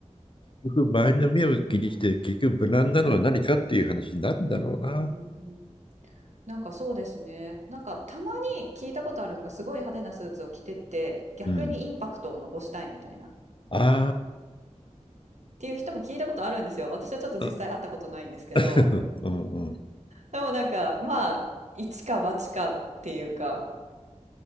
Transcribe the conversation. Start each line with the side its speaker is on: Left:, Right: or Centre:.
Left: 結局、周りの目を気にして、
Right: ないんだ。
Left: 結局、無難なのは何かっていう話になるんだろうな。
Right: うんうんうん。なんかそうですね。なんかたまに聞いたことあるのがすごい派手なスーツを着てて逆にインパクトを残したいみたいなっ
Left: うん。あ
Right: ていう人も聞いたことあるんですよ。私はちょっと実際会ったことないんですけど。
Left: あ。<laughs> うんうん
Right: でもなんかまあ一か八かっていうか